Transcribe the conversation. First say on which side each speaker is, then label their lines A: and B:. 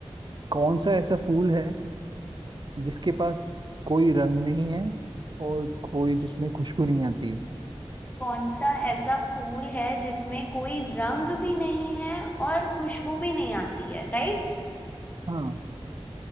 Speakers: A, on the right; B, on the left.
A: कौन सा ऐसा फूल है जिसके पास कोई रंग नहीं है और कोई जिसमें खुशबू नहीं आती है
B: कौन सा ऐसा फूल है जिसमें कोई रंग भी नहीं है और खुशबू भी नहीं आती है राइट
A: हाँ